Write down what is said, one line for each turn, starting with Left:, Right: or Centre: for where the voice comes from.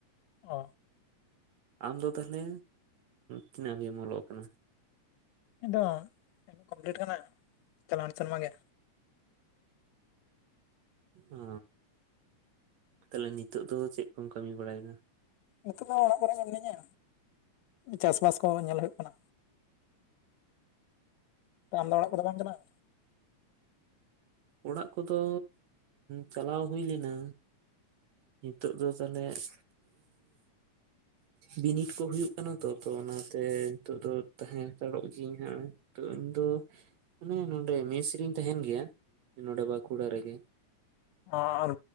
Left: ᱚ
Right: ᱟᱢ ᱫᱚ ᱛᱟᱦᱚ ᱞᱮ ᱛᱤᱱᱟᱹᱜ ᱦᱟᱵᱤᱡ ᱮᱢ ᱚᱞᱚᱜ ᱠᱟᱱᱟ
Left: ᱤᱧᱟᱜ ᱫᱚ ᱮᱢᱮ ᱠᱚᱢᱯᱞᱤᱴ ᱠᱟᱱᱟ ᱪᱟᱞᱟᱣ ᱮᱱ ᱥᱮᱨᱢᱟ ᱜᱮ
Right: ᱚ ᱛᱟᱞᱮ ᱱᱤᱛᱚᱜ ᱫᱚ ᱪᱮᱫ ᱠᱚᱢ ᱠᱟᱹᱢᱤ ᱵᱟᱲᱟᱭ ᱮᱫᱟ
Left: ᱱᱤᱛᱚᱜ ᱫᱚ ᱚᱲᱟᱜ ᱠᱚᱨᱮ ᱜᱮ ᱢᱤᱱᱟᱹᱧᱼᱟ ᱪᱟᱥ ᱵᱟᱥ ᱠᱚ ᱧᱮᱞ ᱦᱳᱭᱳᱜ ᱠᱟᱱᱟ ᱟᱢ ᱫᱚ ᱚᱲᱟᱜ ᱠᱚ ᱫᱚ ᱵᱟᱢ ᱪᱟᱞᱟᱜᱼᱟ
Right: ᱚᱲᱟᱜ ᱠᱚᱫᱚ ᱪᱟᱞᱟᱣ ᱦᱩᱭ ᱞᱮᱱᱟ ᱱᱤᱛᱚᱜ ᱫᱚ ᱛᱟᱦᱞᱮ <unintelligible> ᱵᱤᱱᱤᱰ ᱠᱚ ᱦᱩᱭᱩᱜ ᱠᱟᱱᱟ ᱛᱚᱛᱚ ᱚᱱᱟᱛᱮ ᱱᱤᱛᱚᱜ ᱫᱚ ᱛᱟᱦᱮᱸ ᱦᱟᱛᱟᱲᱚᱜ ᱜᱤᱭᱟᱹᱧ ᱦᱟᱸᱜ ᱛᱚ ᱤᱧ ᱫᱚ ᱢᱟᱱᱮ ᱱᱚᱰᱮ ᱢᱮᱥ ᱨᱤᱧ ᱛᱟᱦᱮᱸᱱ ᱜᱮᱭᱟ᱾ ᱱᱚᱰᱮ ᱵᱟᱠᱩᱲᱟ ᱨᱮᱜᱮ
Left: ᱦᱚᱸ ᱟᱨ